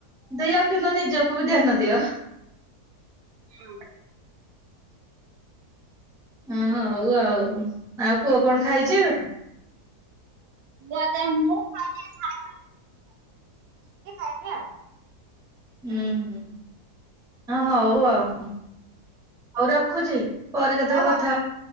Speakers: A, in the centre; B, on the right (about 75°).
A: ଦିଅ କିନ୍ତୁ ନିଜକୁ ବି ଧ୍ୟାନ ଦିଅ।
B: ହୁଁ।
A: ହଁ ହଉ ଆଉ। ଆଉ ପୁଅ କଣ ଖାଇଛ?
B: କ୍ୱା ଦାଏ ମୁଁ। ଖାଇନି ଖାଇ ଖାଇ ଖାଇମି ଆଉ।
A: ହୁଁ ହୁଁ। ହଁ ହଉ ଆଉ। ହଉ ରଖୁଛି ପରେ କେତେବେଳେ
B: ହଉ ହଉ
A: କଥା ହବା।